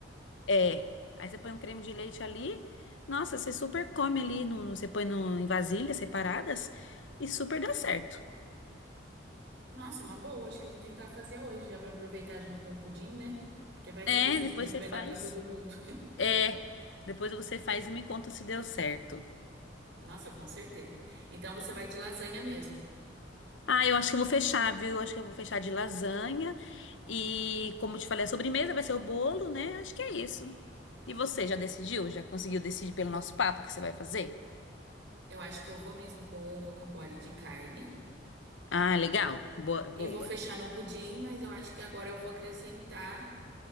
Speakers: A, on the left; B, on the right.
A: É. Aí você põe um creme de leite ali. Nossa, você super come ali. No, no- você põe no, em vasilhas separadas. E super dá certo.
B: Nossa, uma boa. Acho que eu vou tentar fazer hoje, já pra aproveitar junto com o pudim, né? Porque vai saber
A: É,
B: se
A: depois
B: o pudim
A: você
B: vai
A: faz.
B: dar pra todo mundo.
A: É. Depois você faz e me conta se deu certo.
B: <laughs> Nossa, com certeza. Então você vai de lasanha mesmo.
A: Ah, eu acho que eu vou fechar, viu? Eu acho que eu vou fechar de lasanha. E, como eu te falei, a sobremesa vai ser o bolo, né? Acho que é isso. E você, já decidiu? Já conseguiu decidir pelo nosso papo o que você vai fazer?
B: Eu acho que eu vou mesmo com o rocambole de carne.
A: Ah, legal. Boa,
B: E
A: boa.
B: vou fechar no pudim, mas eu acho que agora eu vou acrescentar